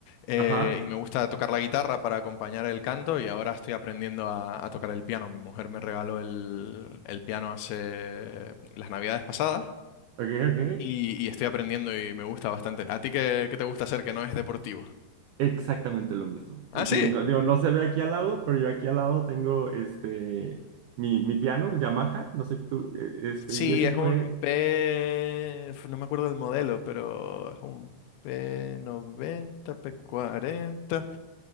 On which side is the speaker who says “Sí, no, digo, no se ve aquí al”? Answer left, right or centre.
Right